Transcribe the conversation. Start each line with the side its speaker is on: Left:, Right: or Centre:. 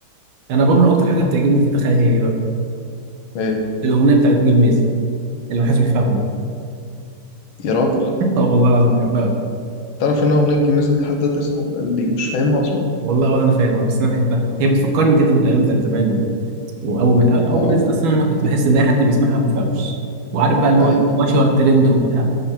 Right: أنا بابلو أكتر حاجة بتعجبني فيه تخيل هي إيه بقى
Left: إيه
Right: الأغنية بتاعت جميز اللي محدش بيفهمها
Left: يا راجل
Right: <laughs> آه والله العظيم بحبها أوي
Left: تعرف إن أغنية جميز دي حد تصاحب اللي مش فاهمها أصلا
Right: والله ولا أنا فاهمها بس أنا بحبها هي بتفكرني كده بالأيام بتاعت زمان و- وأول ما أول
Left: آه
Right: ما نزلت أصلا أنا كنت بحس إن أي حد بيسمعها ما بيفهمش وعارف بقى اللي
Left: أيوة
Right: هو إيه، ماشي ورا الترند وبتاع